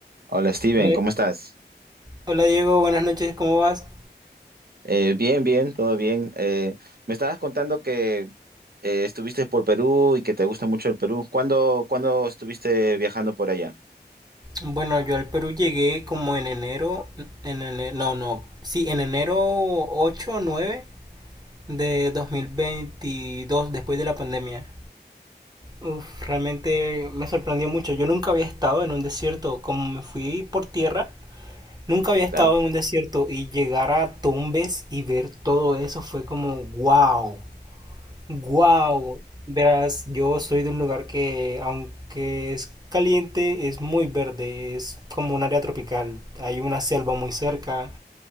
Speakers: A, on the right; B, on the right.
A: Hola Steven,
B: Hola,
A: ¿cómo estás?
B: hola, Diego, buenas noches, ¿cómo vas?
A: Eh, bien, bien, todo bien. Eh, me estabas contando que eh, estuviste por Perú y que te gusta mucho el Perú. ¿Cuándo, cuándo estuviste viajando por allá?
B: Bueno, yo al Perú llegué como en enero, en ene- no, no, sí, en enero 8 o 9 de 2022, después de la pandemia. Uf, realmente me sorprendió mucho. Yo nunca había estado en un desierto, como me fui por tierra, nunca había
A: Claro,
B: estado en un desierto y llegar a Tumbes y ver todo eso fue como wow. Wow, verás, yo soy de un lugar que, aunque es caliente, es muy verde, es como un área tropical. Hay una selva muy cerca